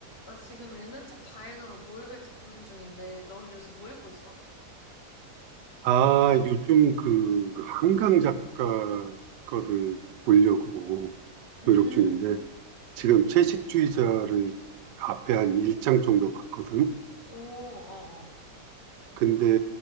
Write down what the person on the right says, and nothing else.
아, 요즘 그 한강 작가 거를 보려고
노력 중인데 지금 채식주의자를 앞에 한 1장 정도 봤거든.
근데